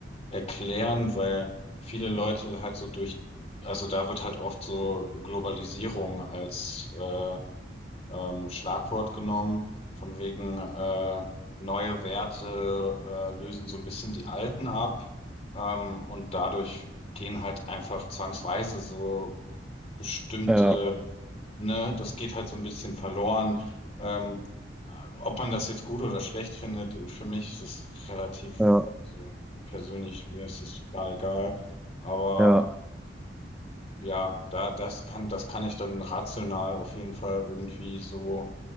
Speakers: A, on the left; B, in the centre.
A: erklären, weil viele Leute halt so durch, also da wird halt oft so Globalisierung als äh, ähm, Schlagwort genommen, von wegen äh, neue Werte äh, lösen so ein bisschen die alten ab ähm, und dadurch gehen halt einfach zwangsweise so bestimmte,
B: ja,
A: ne, das geht halt so ein bisschen verloren. Ähm, ob man das jetzt gut oder schlecht findet, für mich ist es relativ,
B: ja,
A: also persönlich mir ist es total egal, aber
B: ja.
A: ja, da, das kann, das kann ich dann rational auf jeden Fall irgendwie so,